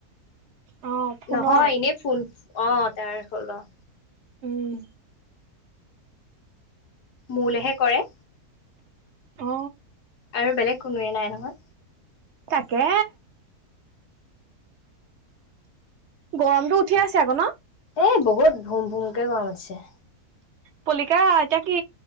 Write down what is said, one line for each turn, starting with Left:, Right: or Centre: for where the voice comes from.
Right: অ ফোনৰ
Left: নহয় এনেই ফোন অ' তাৰ হ'ল অ'।
Right: উম।
Left: মোলেহে কৰে।
Right: অ।
Left: আৰু বেলেগ কোনোৱে নাই নহয়।
Right: তাকে গৰমটো উঠি আছে আকৌ ন?
Left: এ বহুত ভুম ভুম কে গৰম উঠিছে।
Right: পলিকা এতিয়া কি